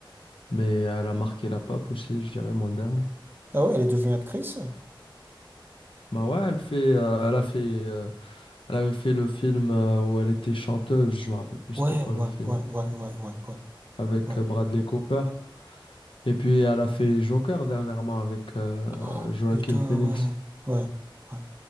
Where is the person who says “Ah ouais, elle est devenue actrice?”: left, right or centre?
Right